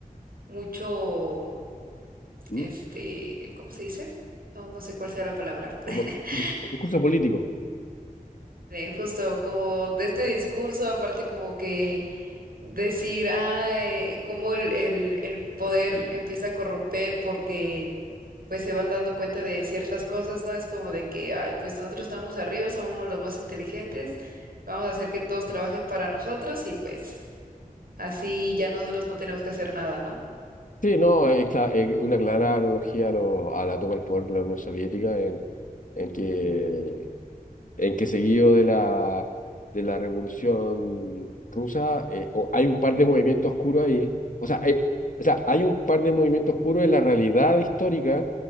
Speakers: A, on the right; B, on the left.
A: mucho,
B: ¿Mm?
A: este, ¿cómo se dice? No, no sé cuál sea la palabra. <laughs>
B: Como dis- discurso político.
A: Eh, Justo como este discurso, aparte como que decir, ah, eh, cómo el, el el poder empieza a corromper porque pues se van dando cuenta de ciertas cosas, ¿no? Es como de que, ay, pues nosotros estamos arriba, somos los más inteligentes, vamos a hacer que todos trabajen para nosotros y pues así ya nosotros no tenemos que hacer nada, ¿no?
B: Sí, no, es, cla- es una clara analogía a, lo- a la toma del poder de la Unión Soviética en, en que en que seguido de la, de la Revolución Rusa, eh, o- hay un par de movimientos oscuros ahí. O sea, hay, o sea, hay un par de movimientos oscuros en la realidad histórica